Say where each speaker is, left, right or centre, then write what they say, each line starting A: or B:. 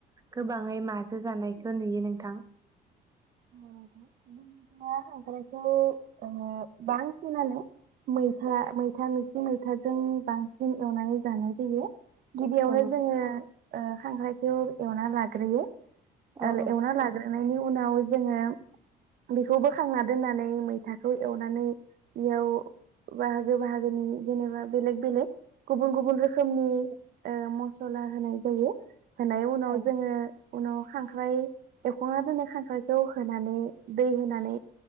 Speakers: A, on the right; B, on the right.
A: गोबाङै माजो जानायखौ नुयो नोंथां
B: <unintelligible> खांख्रायखौ ओ बांसिनानो मैथा मैथा मैथि मैथाजों बांसिन एवनानै जानाय जायो। गिबियावनो
A: औ
B: जोङो खांख्रायखौ एवना लाग्रोयो
A: औ
B: आरो
A: औ
B: एवना लाग्रोनायनि उनाव जोङो बेखौ बोखांना दोननानै मैथा खौ एवनानै बऔ बाहागो बाहागोनि जेनेबा बेलग बेलग गुबुन गुबुन ओ रोखोमनि म जला होनाय जायो होनाय उनाव
A: औ
B: जोङो उनाव खांख्राइ एखना दोननाय खांख्राय खौ होनानै दै होनानै